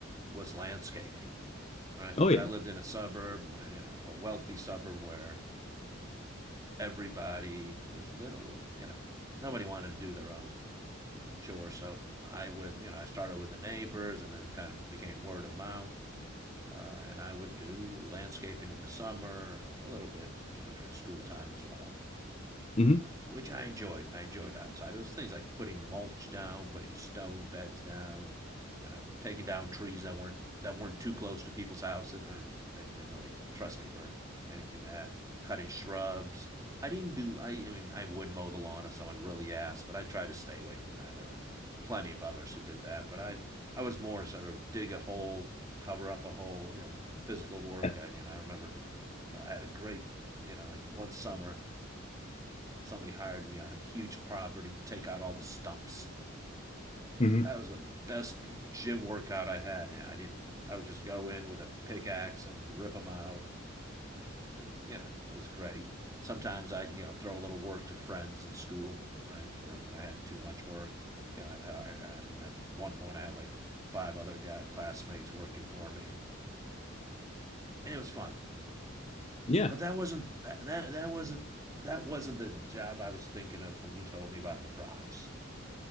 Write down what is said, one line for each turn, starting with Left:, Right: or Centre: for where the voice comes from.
Right: was landscaping, right? Because
Left: Oh yeah.
Right: I lived in a suburb where, you know, a wealthy suburb where everybody was a little, you know, nobody wanted to do their own chore. So I would, you know, I started with the neighbors and then it kind of became word of mouth. Uh, and I would do landscaping in the summer, uh, a little bit, you know, during school time as well.
Left: hmm
Right: which I enjoyed. I enjoyed outside. It was things like putting mulch down, putting stone beds down, you know, taking down trees that weren't that weren't too close to people's houses. Right? They didn't really trust me for anything that cutting shrubs. I didn't do. I, I mean, I would mow the lawn if someone really asked, but I tried to stay away from that. There were plenty of others who did that, but I I was more sort of dig a hole, cover up a hole, you know, physical work.
Left: Yeah.
Right: I you know I remember I had a great you know like one summer Somebody hired me on a huge property to take out all the stumps.
Left: hmm
Right: That was the best gym workout I had. And I didn't. I would just go in with a pickaxe and rip them out. It was, you know, it was great. Sometimes I'd you know throw a little work to friends in school, right? For when I had too much work, you know, I'd hire. I mean, at one point I had like five other guy, classmates working for me, and it was fun.
Left: Yeah.
Right: But that wasn't that that that wasn't that wasn't the job I was thinking of when you told me about the fries.